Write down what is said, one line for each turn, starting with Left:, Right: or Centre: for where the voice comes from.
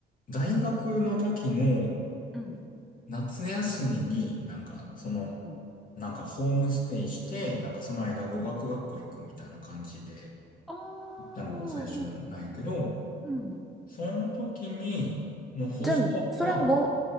Left: 大学の時の
Centre: うん
Left: 夏休みになんかその、
Centre: うんうん
Left: なんかホームステイして、なんかその間語学学校行くみたいな感じで
Centre: うん。ああ、
Left: 行ったのが最初なんやけど、
Centre: うんうんうん。
Left: その時に、のホストファーム。
Centre: 全部、それも
Left: ん